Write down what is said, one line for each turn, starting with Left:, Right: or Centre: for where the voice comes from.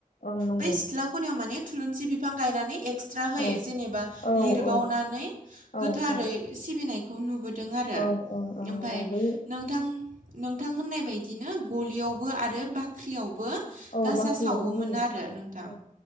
Left: ओं नंगौ
Right: बै सिथ्ला खनायाव माने थुलुंसि बिफां गायनानै एक्सट्रा होयो
Left: औ
Right: जेनेबा
Left: औ
Right: लिरबावनानै
Left: औ औ
Right: गोथारै
Left: औ
Right: सिबिनायखौ नुबोदों। दों आरो
Left: ओं ओं ओं
Right: ओमफाय
Left: नंगौ बै
Right: नोंथां नोंथां होननाय बायदिनो गलियावबो आरो बाख्रियावबो
Left: औ
Right: गासा
Left: बाख्रियावबो
Right: सावोमोन
Left: होयो
Right: आरो नोंथां।
Left: औ